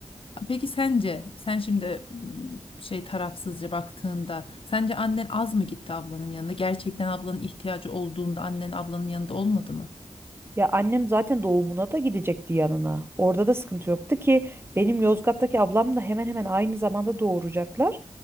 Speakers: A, on the left (about 50°); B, on the right (about 20°).
A: Peki sence sen şimdi m, şey tarafsızca baktığında sence annen az mı gitti ablanın yanına? Gerçekten ablanın ihtiyacı olduğunda annen ablanın yanında olmadı mı?
B: Ya annem zaten doğumuna da gidecekti yanına. Orada da sıkıntı yoktu ki benim Yozgat'taki ablam da hemen hemen aynı zamanda doğuracaklar.